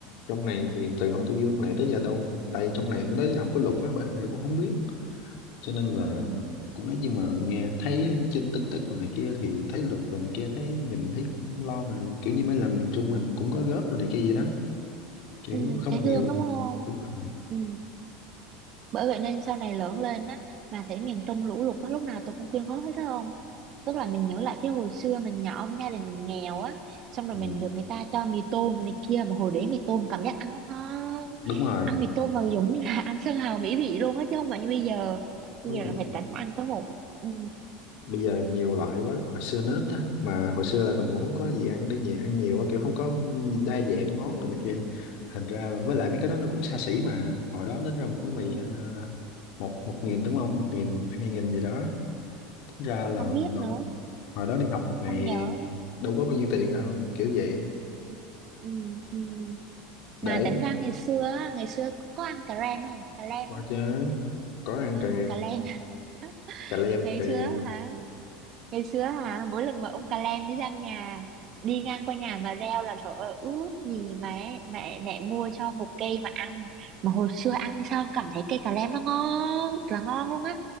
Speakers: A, on the left (about 55°); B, on the right (about 40°).
A: trong này thì từ hồi
B: ừ,
A: tôi vô trong này tới giờ đâu hả? tại trong này cũng tới giờ không có lục á bởi hình ra cũng không biết cho nên là
B: ừ,
A: cũng ấy nhưng mà nghe thấy trên tin tức rồi này kia thì thấy lục rồi này kia thấy nhìn thấy cũng lo mà kiểu như mấy lần miền Trung mình cũng có góp rồi này kia gì đó kiểu
B: ừ,
A: không
B: thấy
A: nhiều
B: thương đúng không
A: đúng rồi
B: ừ. bởi vậy nên sau này lớn lên á mà thấy miền Trung lũ lụt á lúc nào tôi cũng quyên góp hết đó ông tức là mình nhớ lại cái hồi xưa mình nhỏ gia đình mình nghèo á xong rồi
A: ừ.
B: mình được người ta cho mì tôm này kia mà hồi đấy mì tôm cảm giác ăn nó ngon
A: đúng rồi
B: ăn mì tôm mà giống như là ăn sơn hào mỹ vị luôn á chứ không phải như bây giờ
A: đúng
B: bây giờ
A: rồi
B: là phải tránh ăn cái bụng ừ,
A: bây giờ nhiều loại quá còn hồi xưa nó ít á mà hồi xưa là mình cũng không có gì ăn để nhẹ ăn nhiều á kiểu không có đa dạng món rồi này kia thành ra là với lại mấy cái đó nó cũng xa xỉ mà hồi đó tính ra một cái mì
B: ừ,
A: ờ, một một nghìn đúng không một nghìn hai nghìn gì đó tính ra là
B: không biết
A: đâu,
B: nữa
A: hồi đó đi học một ngày
B: không nhớ
A: đâu có bao nhiêu tiền đâu kiểu vậy
B: ừ, ừ, ừ. mà
A: để
B: tỉnh ra ngày xưa á, ngày xưa có ăn cà rem không cà lem
A: coi
B: á
A: chứ có ăn
B: ừ,
A: cà
B: cà lem <laughs>
A: cà lem
B: ngày
A: cà
B: xưa
A: lem
B: á hả ngày xưa hả mỗi lần mà ông cà lem đi sang nhà đi ngang qua nhà mà reo là trời ơi ước gì mẹ mẹ mẹ mua cho một cây mà ăn mà hồi xưa ăn sao cảm thấy cây cà lem nó ngon thật là ngon luôn á